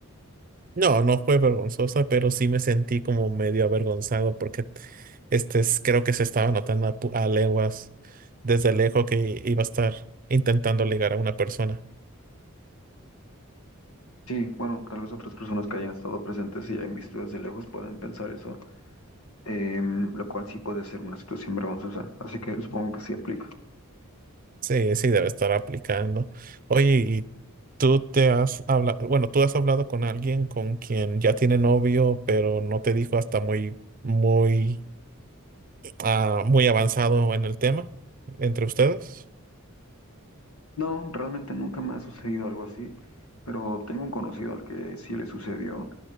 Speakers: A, on the right; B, on the left.
A: No, no fue vergonzosa, pero sí me sentí como medio avergonzado porque este es- creo que se estaba notando a, pu- a leguas desde lejos que iba a estar intentando ligar a una persona.
B: Sí, bueno, tal vez otras personas que hayan estado presentes y hayan visto desde lejos pueden pensar eso, eh, lo cual sí puede ser una situación vergonzosa, así que supongo que sí aplica.
A: Sí, sí, debe estar aplicando. Oye, ¿y tú te has hablado, bueno, tú has hablado con alguien con quien ya tiene novio, pero no te dijo hasta muy, muy, ah, muy avanzado en el tema entre ustedes?
B: No, realmente nunca me ha sucedido algo así, pero tengo un conocido al que sí le sucedió